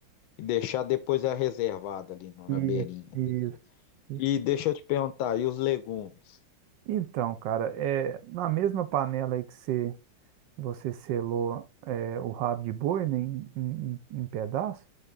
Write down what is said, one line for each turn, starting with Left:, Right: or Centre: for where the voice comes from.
Left: E deixar depois a reservada ali no-
Right: Isso,
Left: na beirinha.
Right: isso,
Left: Beleza.
Right: isso.
Left: E deixa eu te perguntar, e os legumes?
Right: Então, cara, é, na mesma panela aí que você você selou é, o rabo de boi, né, em, em, em pedaços,